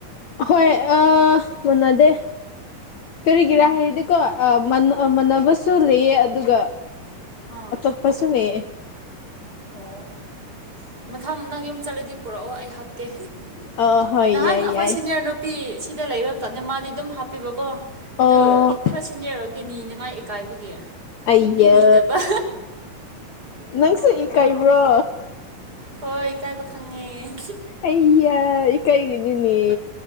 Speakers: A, on the left; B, on the right.
A: ꯍꯣꯏ ꯑꯥ ꯃꯥꯟꯅꯗꯦ ꯀꯔꯤꯒꯤꯔꯥ
B: ꯑꯥ
A: ꯍꯥꯏꯔꯗꯤꯀꯣ ꯑꯥ ꯃꯥꯟꯅꯕꯁꯨ ꯂꯩꯌꯦ ꯑꯗꯨꯒ
B: ꯑꯥ
A: <unintelligible> ꯄꯁꯨꯅꯦ
B: ꯑꯣ ꯃꯊꯪ ꯅꯪ ꯌꯨꯝ ꯆꯠꯂꯗꯤ ꯄꯨꯔꯛꯑꯣ ꯑꯩ ꯍꯥꯞꯀꯦ
A: ꯑ ꯍꯣꯏ
B: ꯅꯍꯥꯟ
A: ꯌꯥꯏ
B: ꯑꯩꯈꯣꯏ
A: ꯌꯥꯏ
B: ꯁꯤꯅꯤꯌꯔ ꯅꯨ- ꯄꯤ ꯁꯤꯗ ꯂꯩꯕ ꯃꯇꯝꯗ ꯃꯥꯗꯤ ꯑꯗꯨꯝ ꯍꯥꯞꯄꯤꯕꯀꯣ
A: ꯑꯣ
B: ꯑꯗꯨ ꯈꯔ ꯁꯤꯟꯅꯤꯌꯔ ꯑꯣꯏꯒꯅꯤꯅ ꯉꯥꯏ ꯏꯀꯥꯏꯕꯒꯤ
A: ꯑꯩꯌꯥ
B: ꯁꯨꯅꯤ ꯅꯤꯗꯕ
A: ꯅꯪꯁꯨ ꯏꯀꯥꯏꯕ꯭ꯔꯣ
B: ꯍꯣꯏ ꯏꯀꯥꯏꯕ ꯈꯪꯉꯦ
A: ꯑꯩꯌꯥ ꯏꯀꯥꯏꯒꯅꯨꯅꯦ